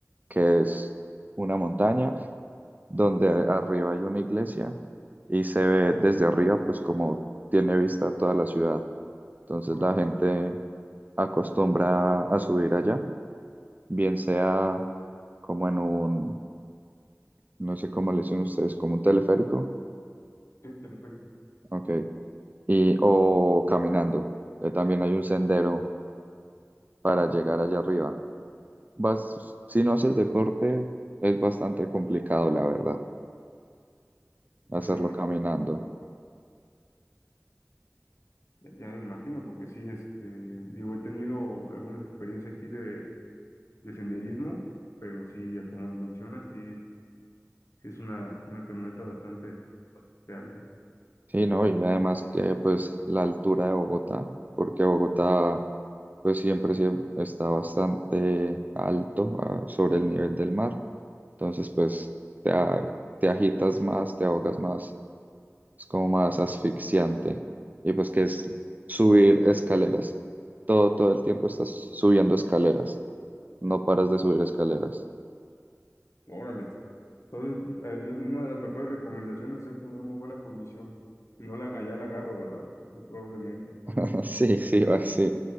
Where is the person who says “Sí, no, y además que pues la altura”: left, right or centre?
Right